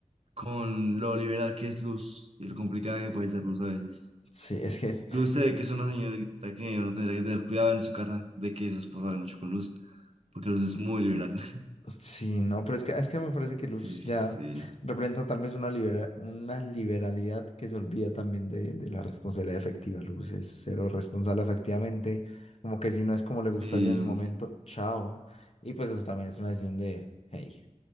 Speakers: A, on the right; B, on the left.
A: con lo liberal que es Luz y lo complicada que puede ser Luz a veces.
B: Sí, es que,
A: Luz se ve
B: es
A: que es
B: que-
A: una señorita que uno tendría que tener cuidado en su casa de que su esposa hable mucho con Luz, porque Luz es muy liberal. <laughs>
B: sí, no, pero es que, es que me parece que Luz
A: Sí, sí,
B: ya
A: sí.
B: representa tal vez una, libera- una liberalidad que se olvida también de, de la responsabilidad efectiva. Luz es cero responsable efectivamente, como que si no es como le
A: Sí,
B: gusta ya en el momento, chao. Y pues eso también es una decisión de, hey,